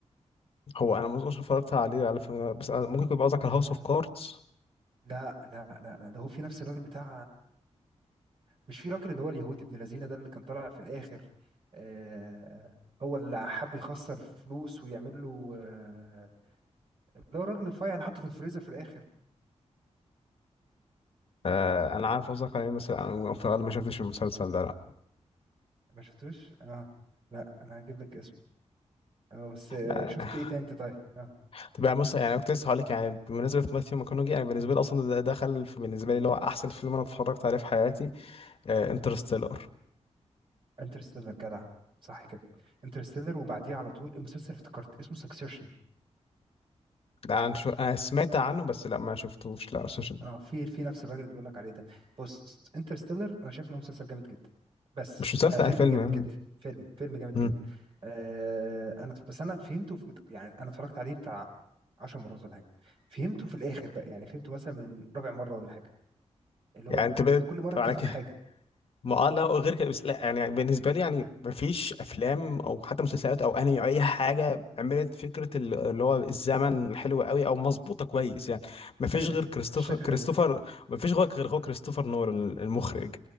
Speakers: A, on the left; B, on the right.
A: هو انا ما اظنش اتفرجت عليه على فيلم بس أنا ممكن يكون قصدك على هاوس
B: آه.
A: اوف كاردز
B: لا لا لا لا ده هو في نفس الراجل بتاع مش في راجل اللي هو اليهودي ابن لذينه ده اللي كان طالع في الاخر آه هو اللي حب يخسر فلوس ويعمل له آه اللي هو الراجل الرفيع اللي حطه في الفريزر في الاخر
A: آه انا عارف قصدك عليه مثلا انا في الغالب ما شفتش المسلسل ده لا
B: ما شفتوش اه لا انا هجيب لك اسمه اه بس آه
A: آه،
B: شفت ايه تاني انت طيب اه
A: طب يعني بص يعني كنت لسه هقول لك يعني بمناسبة ماثيو ماكونوجي انا بالنسبة لي اصلا ده دخل في- بالنسبة لي اللي هو احسن فيلم انا اتفرجت عليه في حياتي انترستيلر
B: انترستيلر جدع صح كده انترستيلر وبعديه على طول المسلسل افتكرت اسمه سكسيشن
A: لا انا شو... أنا سمعت عنه بس لا ما شفتوش لا مش مش,
B: اه في في نفس الراجل اللي بقول لك عليه ده بص انترستيلر انا شايف ان هو مسلسل جامد جدا بس
A: مش مسلسل
B: آه فيلم
A: أنا فيلم
B: جامد
A: مم.
B: جدا فيلم فيلم جامد
A: مم.
B: جدا آه انا بس انا فهمته في يعني انا اتفرجت عليه بتاع 10 مرات ولا حاجه فهمته في الاخر بقى يعني فهمته مثلا من رابع مره ولا حاجه اللي
A: يعني
B: هو انت
A: انت بقيت
B: كل مره بتفهم
A: على كده
B: حاجه
A: ما اه لا وغير <laughs> كده بس لا يعني بالنسبه لي يعني ما فيش افلام او حتى مسلسلات او انمي او اي حاجه عملت فكره ال- اللي هو الزمن حلو قوي او مظبوطه كويس يعني ما فيش
B: كده
A: غير كريستوفر
B: بالشكل
A: كريستوفر
B: ده
A: ما فيش غير غير هو كريستوفر نولان المخرج